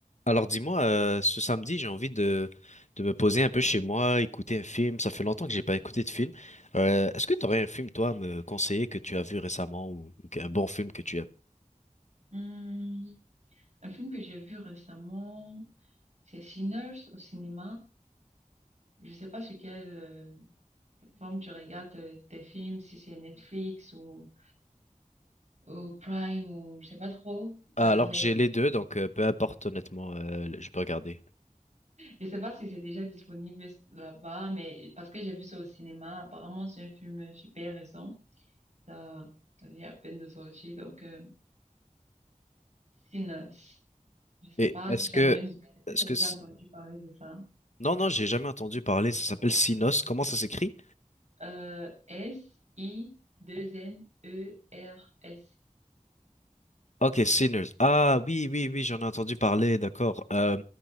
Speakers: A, on the left; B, on the right.
A: Alors dis-moi, euh, ce samedi, j'ai envie de, de me poser un peu chez moi, écouter un film. Ça fait longtemps que j'ai pas écouté de film. Euh, est-ce que tu aurais un film, toi, à me conseiller que tu as vu récemment ou, ou un bon film que tu aimes?
B: Hum, un film que j'ai vu récemment, c'est Sinners au cinéma. Je sais pas sur quelle euh, plateforme tu regardes euh, tes films, si c'est Netflix ou, ou Prime ou je sais pas trop.
A: Ah,
B: Euh,
A: Alors
B: mais
A: j'ai les deux, donc euh, peu importe honnêtement, euh, le- je peux regarder.
B: je sais pas si c'est déjà disponible là-bas, mais parce que j'ai vu ça au cinéma, apparemment c'est un film super récent. Ça, ça vient à peine de sortir, donc euh, Sinners. Je sais
A: Et
B: pas
A: est-ce
B: si tu
A: que,
B: as même, est-ce que
A: est-ce
B: tu as
A: que,
B: déjà
A: c-
B: entendu parler de ça?
A: non, non, j'ai jamais entendu parler. Ça s'appelle Sinos. Comment ça s'écrit?
B: Euh, S-I-2-N-E-R-S.
A: Ok, Sinners. Ah oui, oui, oui, j'en ai entendu parler, d'accord. Euh,